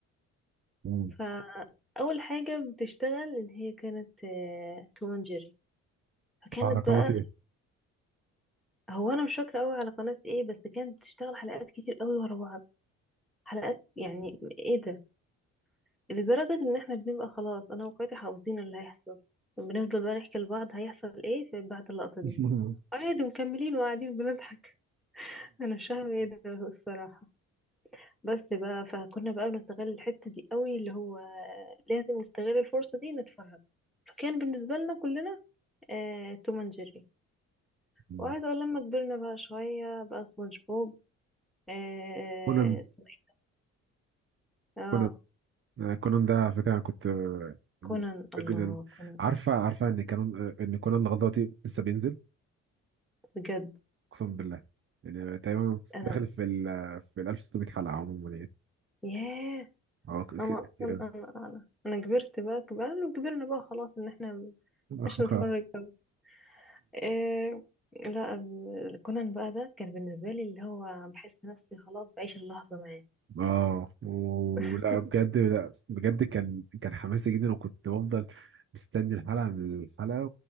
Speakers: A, on the right; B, in the centre.
A: مم.
B: فأول حاجة بتشتغل اللي هي كانت آه، توم اند جيري فكانت
A: حركات
B: بقى
A: ايه؟
B: هو أنا مش فاكرة أوي على قناة إيه بس كانت بتشتغل حلقات كتير أوي ورا بعض حلقات يعني إيه ده لدرجة إن إحنا بنبقى خلاص أنا وأخواتي حافظين اللي هيحصل بنفضل بقى نحكي لبعض هيحصل إيه في بعد اللقطة دي
A: <laughs> مم.
B: عادي ومكملين وقاعدين بنضحك <laughs> أنا مش فاهمة إيه ده الصراحة بس بقى فكنا بقى بنستغل الحتة دي أوي اللي هو لازم نستغل الفرصة دي نتفرج فكان بالنسبة لنا كلنا آه، توم اند جيري
A: مم.
B: وعايزة اقول لما كبرنا بقى شوية بقى سبونج بوب آه،
A: كونان
B: اسمه ايه اه
A: كونان آه، كونان ده على فكرة انا كنت آه، بحبه
B: كونان الله
A: جدا
B: كونان
A: عارفة عارفة ان كانون آه، ان كونان لغاية دلوقتي لسه بينزل
B: بجد
A: اقسم بالله يعني تقريبا
B: انا
A: داخل في ال في ال 1600 حلقه عموما يعني
B: ياه
A: اه كده
B: انا اصلا
A: كتير أوي.
B: انا انا انا كبرت بقى كبرنا وكبرنا بقى خلاص ان احنا
A: <laughs>
B: مش نتفرج أوي. آه لا آه، كونان بقى ده كان بالنسبة لي اللي هو بحس نفسي خلاص بعيش اللحظة معاه
A: اه ولا
B: <laughs>
A: بجد لا بجد كان كان حماسي جدا وكنت بفضل مستني الحلقه من الحلقه